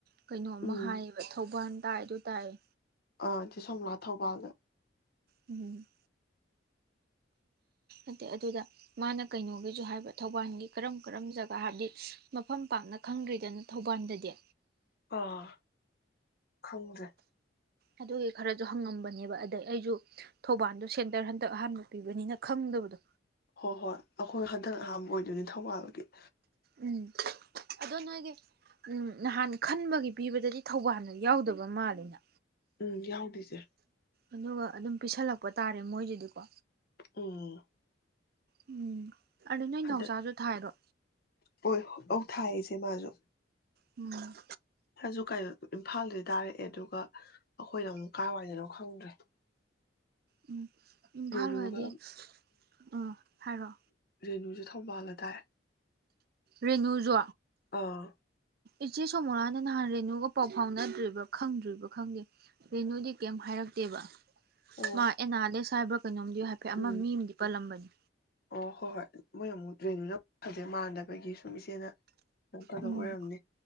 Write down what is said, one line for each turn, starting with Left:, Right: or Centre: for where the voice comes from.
Right: ꯀꯩꯅꯣꯝꯃ
Left: ꯎꯝ
Right: ꯍꯥꯏꯌꯦꯕ ꯊꯧꯕꯥꯜ ꯇꯥꯏ ꯑꯗꯣ ꯇꯥꯏꯌꯦ
Left: ꯑ ꯑꯗꯨꯗꯤ ꯁꯣꯝꯂꯥ ꯊꯧꯕꯥꯜꯗ
Right: ꯎꯝ ꯑꯗ ꯑꯗꯨꯗ ꯃꯥꯅ ꯀꯩꯅꯣꯒꯤꯁꯨ ꯍꯥꯏꯕ ꯊꯧꯕꯥꯜꯒꯤ ꯀꯔꯝ ꯀꯔꯝ ꯖꯒꯥ ꯍꯥꯏꯕꯗꯤ ꯃꯐꯝ ꯄꯥꯡꯅ ꯈꯪꯗ꯭ꯔꯤꯗꯅ ꯊꯧꯕꯥꯜꯗꯗꯤ
Left: ꯑꯥ ꯈꯪꯗ꯭ꯔꯦ
Right: ꯑꯗꯨꯒꯤ ꯈꯔꯁꯨ ꯍꯪꯉꯝꯕꯅꯦꯕ ꯑꯗꯩ ꯑꯩꯁꯨ ꯊꯧꯕꯥꯜꯗꯨ ꯁꯦꯟꯇꯔ ꯍꯟꯗꯛ ꯑꯍꯥꯟꯕ ꯄꯤꯕꯅꯤꯅ ꯈꯪꯗꯕꯗꯣ
Left: ꯍꯣꯏ ꯍꯣꯏ ꯑꯩꯈꯣꯏ ꯍꯟꯗꯛ ꯑꯍꯥꯟꯕ ꯑꯣꯏꯗꯣꯏꯅꯤ ꯊꯧꯕꯥꯜꯒꯤ
Right: ꯎꯝ ꯑꯗꯣ ꯅꯣꯏꯒꯤ ꯎꯝ ꯅꯍꯥꯟ ꯈꯟꯕꯒꯤ ꯄꯤꯕꯗꯗꯤ ꯊꯧꯕꯥꯜꯗ ꯌꯥꯎꯗꯕ ꯃꯥꯜꯜꯂꯤꯅ
Left: ꯎꯝ ꯌꯥꯎꯗꯦ ꯏꯁꯦ
Right: ꯑꯗꯨꯒ ꯑꯗꯨꯝ ꯄꯤꯁꯜꯂꯛꯄ ꯇꯥꯔꯦ ꯃꯣꯏꯗꯨꯗꯤꯀꯣ
Left: ꯎꯝ
Right: ꯎꯝ ꯑꯗꯨ ꯅꯣꯏ
Left: ꯍꯟꯗꯛ
Right: ꯅꯥꯎꯆꯥꯁꯨ ꯊꯥꯏꯔꯣ
Left: ꯍꯣꯏ ꯑ ꯊꯥꯏꯌꯦ ꯏꯆꯦ ꯃꯥꯁꯨ
Right: ꯎꯝ
Left: ꯍꯧ ꯀ ꯏꯝꯐꯥꯜꯗ ꯇꯥꯔꯛꯑꯦ ꯑꯗꯨꯒ ꯑꯩꯈꯣꯏꯅ ꯑꯃꯨꯛ ꯀꯥꯏ ꯋꯥꯏꯗꯅꯣ ꯈꯪꯗ꯭ꯔꯦ
Right: ꯎꯝ ꯏꯝꯐꯥꯜ
Left: ꯔꯦꯅꯨꯒ
Right: ꯑꯣꯢꯔꯗꯤ ꯎꯝ ꯍꯥꯏꯔꯣ
Left: ꯔꯦꯅꯨꯁꯨ ꯊꯧꯕꯥꯜꯂ ꯇꯥꯏ
Right: ꯔꯦꯅꯨꯖꯨ
Left: ꯑꯥ
Right: ꯏꯆꯦ ꯁꯣ ꯃꯨꯔꯥꯅ ꯅꯍꯥꯟ ꯔꯦꯅꯨꯒ ꯄꯥꯎ ꯐꯥꯎꯅꯗ꯭ꯔꯤꯕ ꯈꯪꯗ꯭ꯔꯤꯕ ꯈꯪꯗꯦ ꯔꯦꯅꯨꯗꯤ ꯀꯩꯝ ꯍꯥꯏꯔꯛꯇꯦꯕ
Left: ꯑꯣ
Right: ꯃꯥ ꯑꯦꯅꯂꯤꯁ ꯁꯥꯏꯕꯛ ꯀꯩꯅꯣꯝꯗꯤ ꯍꯥꯏꯐꯦꯠ ꯑꯃ
Left: ꯎꯝ
Right: ꯃꯤ ꯑꯃꯗꯤ ꯄꯜꯂꯝꯕꯅꯤ
Left: ꯑꯣ ꯍꯣꯏ ꯍꯣꯏ ꯃꯣꯏ ꯑꯃꯨꯛ ꯇ꯭ꯔꯦꯟꯅꯤꯡ ꯑꯃꯨꯛ ꯐꯖꯩ ꯃꯥꯟꯅꯅꯕꯒꯤ ꯁꯨꯝ ꯏꯆꯦꯅ ꯐꯗꯕ
Right: ꯎꯝ
Left: ꯑꯣꯏꯔꯝꯅꯤ